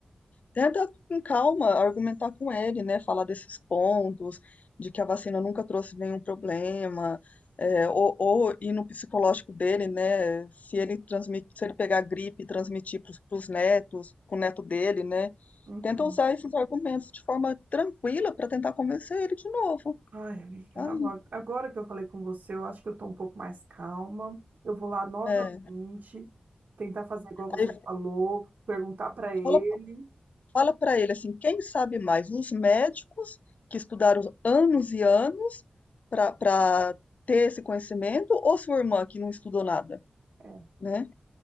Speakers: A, on the left; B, on the right.
A: Tenta com calma argumentar com ele, né? Falar desses pontos, de que a vacina nunca trouxe nenhum problema, é, ou, ou ir no psicológico dele, né? Se ele transmite, se ele pegar gripe e transmitir para os netos, pro neto dele, né?
B: Uhum.
A: Tenta usar esses argumentos de forma tranquila para tentar convencer ele de novo.
B: Ai, amiga,
A: Aí,
B: agora agora que eu falei com você, eu acho que eu tô um pouco mais calma. Eu vou lá novamente,
A: é.
B: tentar fazer igual você
A: Aí
B: falou, perguntar pra ele.
A: fala Fala para ele assim, quem sabe mais, os médicos que estudaram anos e anos para ter esse conhecimento, ou sua irmã que não estudou nada,
B: É,
A: né?